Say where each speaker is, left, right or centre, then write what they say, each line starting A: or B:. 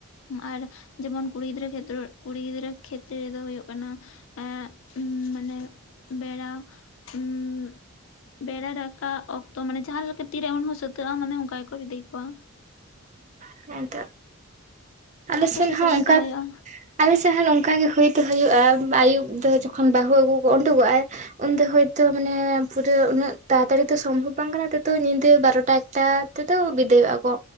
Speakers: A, on the left; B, on the right.
A: ᱟᱨ ᱡᱮᱢᱚᱱ ᱠᱩᱲᱤ ᱜᱤᱫᱽᱨᱟᱹ ᱠᱷᱮᱛᱨᱚ ᱠᱩᱲᱤ ᱜᱤᱫᱽᱨᱟᱹ ᱠᱷᱮᱛᱨᱮ ᱨᱮᱫᱚ ᱦᱳᱭᱳᱜ ᱠᱟᱱᱟ ᱮᱸᱜ, ᱩᱢ ᱢᱟᱱᱮ ᱵᱮᱲᱟ ᱩᱜ, ᱵᱮᱲᱟ ᱨᱟᱠᱟᱵ ᱚᱠᱛᱚ ᱢᱟᱱᱮ ᱡᱟᱦᱟᱸ ᱞᱮᱠᱟ ᱛᱤᱨᱮ ᱩᱱ ᱦᱚᱸ ᱥᱟᱹᱛᱟᱹᱜᱼᱟ ᱢᱟᱱᱮ ᱚᱱᱠᱟ ᱜᱮᱠᱚ ᱵᱤᱫᱟᱹᱭ ᱠᱚᱣᱟ,
B: ᱦᱮᱸ ᱚᱱᱛᱮ ᱟᱞᱮ
A: ᱟᱯᱮ
B: ᱥᱮᱱ
A: ᱥᱮᱫ
B: ᱦᱚᱸ
A: ᱪᱮᱫ
B: ᱚᱱᱠᱟ
A: ᱞᱮᱠᱟ ᱦᱩᱭᱩᱜᱼᱟ
B: ᱟᱞᱮ ᱥᱮᱫ ᱦᱚᱸ ᱱᱚᱝᱠᱟ ᱜᱮ ᱦᱩᱭ ᱫᱚ ᱦᱩᱭᱩᱜ-ᱟ ᱟᱹᱭᱩᱵ ᱫᱚ ᱡᱚᱠᱷᱚᱱ ᱵᱟᱹᱦᱩ ᱟᱹᱜᱩ ᱠᱚ ᱩᱰᱩᱠᱚᱜ ᱟᱭ, ᱩᱱᱫᱚ ᱦᱚᱳᱭᱛᱳ ᱢᱟᱱᱮ ᱯᱩᱨᱟᱹ ᱩᱱᱟᱹᱜ ᱛᱟᱲᱟᱛᱟᱲᱤ ᱛᱚ ᱥᱚᱢᱵᱷᱚᱵ ᱵᱟᱝ ᱠᱟᱱᱟ ᱛᱚ ᱧᱤᱫᱟᱹ ᱵᱟᱨᱚᱴᱟ ᱮᱠᱴᱟ, ᱛᱮᱫᱚ ᱵᱤᱫᱟᱹᱭᱚᱜ-ᱟ ᱠᱚ,